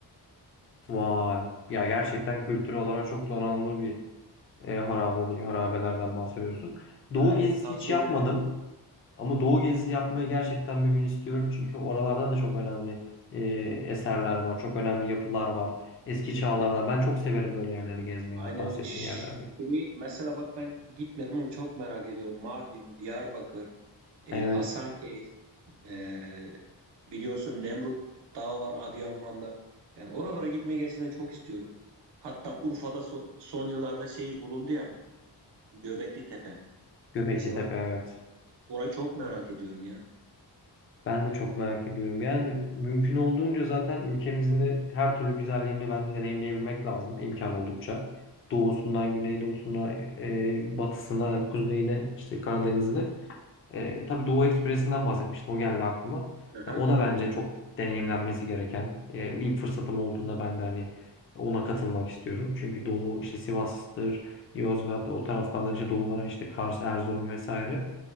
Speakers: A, on the left; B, on the right.
A: Vay. Ya gerçekten kültürel olarak çok donanımlı bir e, harabe, harabelerden bahsediyorsun. Doğu
B: Aynen
A: gezisi
B: tavsiye
A: hiç yapmadım.
B: ederim.
A: Ama Doğu gezisi yapmayı gerçekten bir gün istiyorum. Çünkü oralarda da çok önemli e, eserler var. Çok önemli yapılar var. Eski
B: Kesinlikle.
A: çağlardan. Ben çok severim böyle yerleri gezmeyi
B: Aynen
A: bahsettiğin
B: şeyi
A: yerler gibi.
B: mesela bak ben gitmedim ama çok merak ediyorum. Mardin, Diyarbakır, e,
A: Evet.
B: Hasankeyf, e, biliyorsun Nemrut Dağı var Adıyaman'da. Yani oralara gitmeyi gerçekten çok istiyorum. Hatta Urfa'da so- son yıllarda şey bulundu ya Göbekli Tepe.
A: Göbeklitepe
B: Mesela
A: evet.
B: orayı çok merak ediyorum ya.
A: Ben de çok merak ediyorum. Yani mümkün olduğunca zaten ülkemizin de her türlü güzelliğini ben de deneyimleyebilmek lazım imkan oldukça. Doğusundan güneydoğusuna, e, batısına, kuzeyine, işte Karadeniz'ine. E, tabii Doğu Ekspresi'nden bahsetmiştim. O geldi aklıma.
B: Aha,
A: Ya, o da bence çok deneyimlenmesi gereken. E, ilk fırsatım olduğunda ben de hani ona katılmak istiyorum. Çünkü Doğu işte Sivas'tır, Yozgat o taraflardan işte Doğulara işte Kars, Erzurum vesaire.